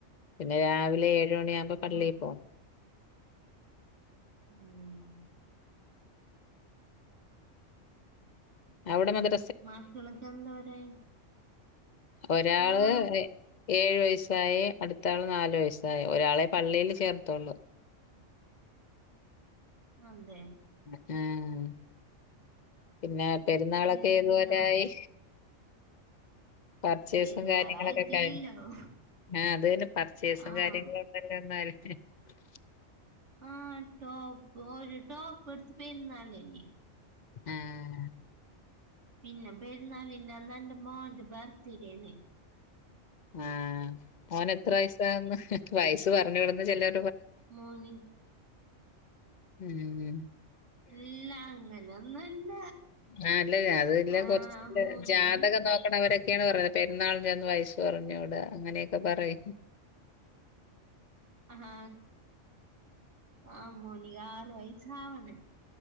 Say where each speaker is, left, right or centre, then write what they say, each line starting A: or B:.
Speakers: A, on the left (about 45°); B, on the right (about 65°).
A: പിന്നെ രാവിലെ <unintelligible> പള്ളിൽ
B: ആ
A: പോ
B: ഉം.
A: അവ്ടെ ങ്ങക്ക്
B: <unintelligible>
A: ഒരാള്
B: ആഹ്
A: ഏഴു വയസ്സായി അടുത്ത ആള് നാലു വയസ്സായി ഒരാളെ പള്ളീ ൽ ചേർതൊള്ളൂ
B: <unintelligible>
A: <unintelligible> പിന്നെ പെരുന്നാളൊക്കെ
B: ഏഴ്
A: ഏതുവരെ
B: ആഹ്
A: യായ് പർച്ചേസും
B: പെരുന്നാളായിട്ടില്ലല്ലോ
A: കാര്യങ്ങളൊക്കെ <unintelligible> ആ അത് തന്നെ പർച്ചേസും
B: ആഹ്
A: <unintelligible> <inaudible>
B: ആ ടോപ്പ് ഒരുര ടോപ്പ് <unintelligible> പരന്നല്ലേനി
A: ഉം
B: പിന്നെ പെരുന്നാളിന്റെ അന്ന് എൻറെ മോന്റെ ബർത്ത്ഡേനെ
A: ആ മോനെ എത്ര വയസ ആന്ന് വയസ് പറഞ്ഞു വിടന്ന് ചെല
B: മോനെ
A: ഉം
B: എല്ല അങ്ങനൊന്നുല്ല
A: ആ അല്ലഅത് <unintelligible>
B: ആഹ്
A: കുറച്ചല്ല
B: മോന്
A: ജാതകം നോക്കണവരെ ക്കെയാണ് പറഞ്ഞത് പെരുന്നാളിന്റന്ന് വയസ്സ് പറഞ്ഞൂട അങ്ങനെയൊക്കെ പറയ
B: ആ ആഹ് മോനിക ആറ് വയസാ വണ്